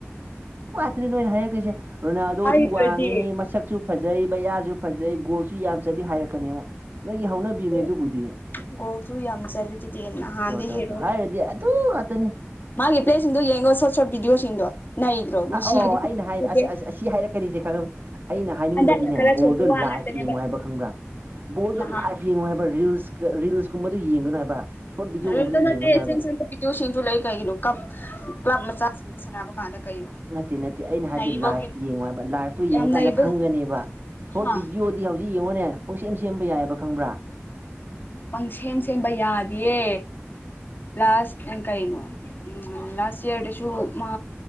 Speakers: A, on the right (about 45°); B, on the left (about 45°).
A: ꯑꯗꯨꯗꯤ ꯅꯣꯏꯅ ꯍꯥꯏꯔꯛꯇ꯭ꯣꯏꯁꯦ ꯔꯣꯅꯥꯜꯗꯣꯗꯤ
B: ꯍꯥꯏꯗ꯭ꯔꯗꯤ
A: ꯋꯥꯡꯉꯦ ꯃꯁꯛꯁꯨ ꯐꯖꯩ ꯃꯕꯌꯥꯁꯨ ꯐꯖꯩ ꯒꯣꯜꯁꯨ ꯌꯥꯝ ꯆꯠꯂꯤ ꯍꯥꯏꯔꯛꯀꯅꯦ ꯑꯃꯨꯛ ꯅꯣꯏꯒꯤ ꯍꯧꯅꯕꯤꯅꯦ
B: ꯑꯣ
A: ꯑꯗꯨꯕꯨꯗꯤ
B: ꯒꫭꯜꯁꯨ ꯌꯥꯝ ꯆꯂꯤꯗꯨꯗꯤ ꯅꯍꯥꯟꯗꯤ
A: ꯇꯣ ꯇꯣ
B: ꯍꯔꫭ
A: ꯇꯣ ꯍꯥꯏꯔꯨꯔꯗꯤ ꯑꯗꯨ ꯉꯥꯛꯇꯅꯤ
B: ꯃꯥꯒꯤ ꯄ꯭ꯂꯦꯁꯤꯡꯗꯣ ꯌꯦꯡꯉꯣ ꯁꯣꯔꯠ ꯁꯣꯔꯠ ꯚꯤꯗꯤꯑꯣꯁꯤꯡꯗꯣ ꯅꯩꯗ꯭ꯔꯣ ꯃꯤꯁꯤꯒꯤꯗꯤ
A: ꯑꯥ ꯑꯣ ꯑꯩꯅ ꯍꯥꯏ
B: ꯎꯗꯦ
A: ꯑ ꯑꯁꯤ ꯍꯥꯏꯔ ꯀꯔꯤꯁꯦ ꯈꯪꯉꯃꯤ ꯑꯩꯅ ꯍꯥꯏꯅꯤꯡꯕꯗꯤꯅꯦ
B: ꯍꯟꯗꯛꯅ ꯈꯔ
A: ꯕꯣꯜꯗꯨ
B: ꯁꯣꯟꯕ ꯋꯥ
A: ꯂꯥꯏꯐ
B: ꯉꯥꯛꯇꯅꯦꯕ
A: ꯌꯦꯡꯉꯣ ꯍꯥꯏꯕ ꯈꯪꯕ꯭ꯔꯥ ꯕꯣꯜꯗꯨ
B: ꯅꯍꯥꯟ
A: ꯂꯥꯏꯐ ꯌꯦꯡꯉꯣ ꯍꯥꯏꯕ ꯔꯤꯜꯁ ꯔꯤꯜꯁꯀꯨꯝꯕꯗꯨ ꯌꯦꯡꯒꯅꯨ ꯍꯥꯏꯕ ꯁꯣꯔꯠ ꯚꯤꯗꯤꯑꯣꯒꯨꯝꯕꯗꯣ
B: ꯔꯤꯜꯁꯗ‌ ꯅꯠꯇꯦ
A: ꯌꯦꯡꯒꯅꯨ ꯍꯥꯏꯕ
B: ꯁ ꯕꯤꯗꯤꯑꯣ ꯁꯤꯡꯁꯨ ꯂꯩ ꯀꯩꯒꯤꯅꯣ ꯀ ꯀ꯭ꯂꯕ ꯃꯆꯥꯁꯤꯡꯗ ꯁꯥꯟꯅꯕ ꯀꯥꯟꯗ ꯀꯩꯅꯣ
A: ꯅꯠꯇꯦ ꯅꯠꯇꯦ ꯑꯩꯅ ꯍꯥꯏꯕꯗꯤ
B: ꯅꯩꯕꯒꯤ
A: ꯂꯥꯏꯐ ꯌꯦꯡꯉꯣ ꯍꯥꯏꯕ ꯂꯥꯏꯐꯇꯨ ꯌꯦꯡꯉꯀꯥꯟꯗ
B: ꯌꯥꯝ ꯅꯩꯕ
A: ꯈꯪꯒꯅꯦꯕ ꯁꯣꯔꯠ
B: ꯍꯥ
A: ꯚꯤꯗꯤꯑꯣꯗꯤ ꯍꯧꯖꯤꯛ ꯌꯦꯡꯉꯣꯅꯦ ꯄꯨꯡ ꯁꯦꯝ ꯁꯦꯝꯕ ꯌꯥꯏꯑꯕ ꯈꯪꯕ꯭ꯔꯥ
B: ꯄꯪ ꯁꯦꯝ ꯁꯦꯝꯕ ꯌꯥꯗꯤꯌꯦ ꯂꯥꯁ ꯀꯥꯏꯅꫭ ꯎꯝ ꯂꯥꯁ ꯏꯌꯔꯗꯁꯨ ꯃꯥ